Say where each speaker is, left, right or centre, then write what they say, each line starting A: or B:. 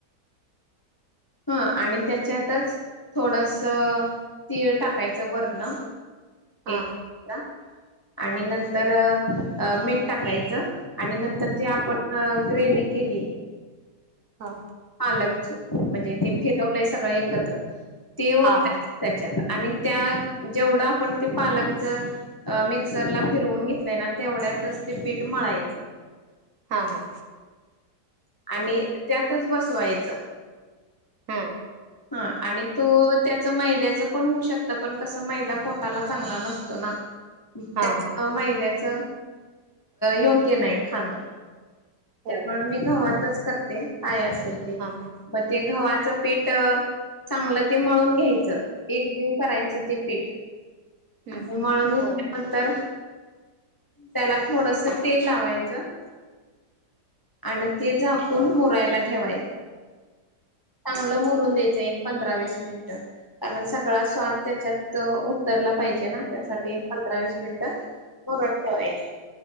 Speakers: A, on the left (about 15°); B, on the right (about 50°).
A: ह आणि त्याच्यातच थोडस तीळ टाकायचं वरन
B: हां
A: एक चमचा आणि नंतर मीठ टाकायचं आणि नंतर ती आपण ग्रेवी केली
B: हा
A: पालकची म्हणजे ते फिरवलंय सगळ एकत्र ते ओताय
B: हां
A: त्याच्यात आणि त्या जेवढं आपण ते पालकच अ मिक्सरला फिरवून घेतलंय ना तेवढ्यातच ते पीठ मळायचं
B: हा, हा
A: आणि त्यातच बसवायचं
B: हा.
A: हा आणि तो त्याच मैद्याचं पण होऊ शकत, पण कसं मैदा पोटाला चांगला नसतो ना.
B: हा,
A: त्या
B: हा,
A: मैद्याच योग्य नाही खाणं.
B: हो
A: त्यामूळे
B: हो
A: मी गवातच करते. काय असेल ते
B: हां हां
A: मग ते गव्हाचं पीठ चांगलं ते मळून घ्यायचं, एक जीव करायचं ते पीठ.
B: हं
A: आणि मळून घेतले.
B: होय
A: नंतर, त्याला थोडस तेल लावायचं. आणि ते झाकून मुरायला ठेवायचं. चांगलं मुरून द्यायचं एक पंधरा वीस मिनिटं. कारण सगळा स्वाद त्याच्यात उतरला पाहिजे ना, त्यासाठी पंधरा वीस मिनिटं मुरत ठेवायच,